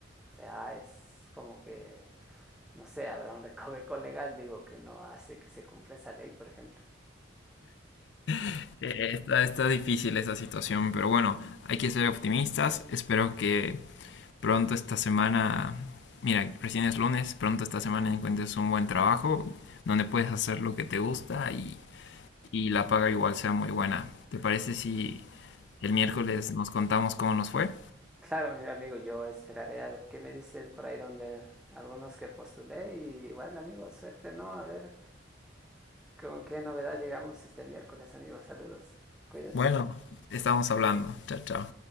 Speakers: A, in the centre; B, on the left.
A: O sea, es como que no sé, habrá un recoveco legal, digo, que no hace que se cumpla esa ley, por ejemplo.
B: <laughs> Está, está difícil esa situación, pero bueno, hay que ser optimistas. Espero que pronto esta semana, mira, recién es lunes, pronto esta semana encuentres un buen trabajo donde puedes hacer lo que te gusta y, y la paga igual sea muy buena. ¿Te parece si el miércoles
A: Claro,
B: nos contamos cómo nos fue?
A: claro, mira amigo, yo esperaré a ver qué me dicen por ahí donde algunos que postulé y igual amigo, suerte, ¿no? A ver con qué novedad llegamos este miércoles, amigo. Saludos, cuídate.
B: Bueno, estamos hablando. Chao, chao.